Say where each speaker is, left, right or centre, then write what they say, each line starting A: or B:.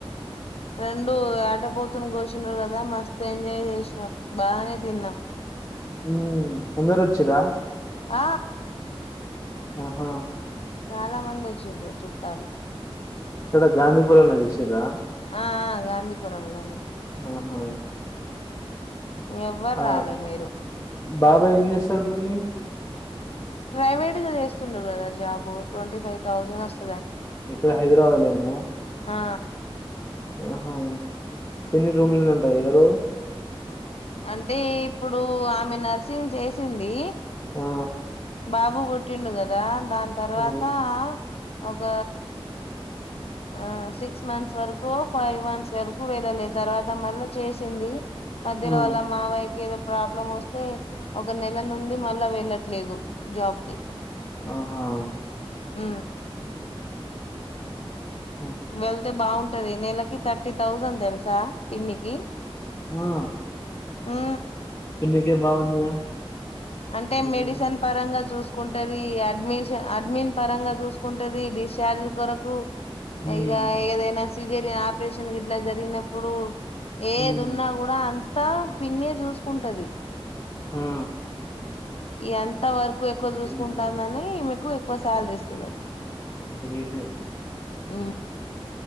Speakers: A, on the left (about 80°); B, on the left (about 25°).
A: రెండు ఆటపోతుని కోసిండ్రు కదా మస్ ఎంజాయ్ చేసినాం బానే తిన్నాం.
B: ఉ అందరూ వచ్చిరా
A: ఆ
B: ఆహా
A: చాలా మంది వచ్చిండ్రు చుట్టాలు
B: ఆడ గాంధీపురం చూసిండ్రా
A: ఆ గాంధీపురం లోనే
B: ఆహా
A: ఎవ్వరు
B: ఆ
A: రాలే మీరు
B: బాబాయ్ ఏం చేస్తాడు పిన్ని
A: ప్రైవేట్గా చేస్తుండు కదా జాబు ట్వంటీ ఫైవ్ థౌజండ్ వస్తు
B: ఇక్కడ హైదరాబాద్ లే నా
A: ఆ
B: ఆహా ఎన్ని రూమ్ల ఉంటాయి ఎవరేవరు
A: అంటే ఇప్పుడు ఆమె నర్సింగ్ చేసింది
B: ఆ
A: బాబు పుట్టిండు కదా దాని తర్వాత
B: ఓ.
A: ఒక ఆ సిక్స్ మంత్స్ వరకు ఫైవ్ మంత్స్ వరకు వెళ్ళలే తర్వాత మళ్ళ చేసింది మధ్యలో
B: ఆ
A: వల్ల మావయకి ఏదో ప్రాబ్లం వస్తే ఒక నెల నుండి మళ్ళా వెళ్ళట్లేదు జాబ్ కి
B: ఆహ
A: ఉ
B: ఆ
A: వెళ్తే బాగుంటు టది నెలకి తర్టీ తౌసండ్ తెలుసా పిన్నికి
B: ఆ
A: ఆ
B: పిన్నికే బాగుందిగా
A: అంటే
B: జీతం
A: మెడిసిన్ పరంగా చూస్ కుంటది అడ్మిషన్ అడ్మిన్ పరంగా చూసుకుంటది డిశ్చార్జ్ కొరకు
B: హ్మ్
A: ఇగా ఏదేనా సిజేరియన్ ఆపరేషన్ గీట్లా జరిగినప్పుడు ఏది
B: హ్మ్
A: ఉన్నా కూడా అం త్త పిన్నే చూసుకుంటది
B: హా
A: ఎంత వరకు ఎక్కువ చూసుకుంటాందని
B: గ్రేట్
A: ఎక్కువ ఎక్కువ శాలరీ ఇస్తున్నారు
B: గ్రేట్ ఎ కదా
A: ఉ